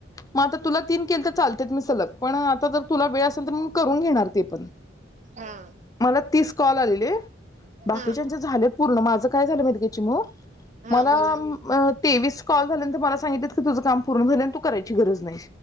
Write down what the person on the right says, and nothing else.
हा
हा
हा
बोला की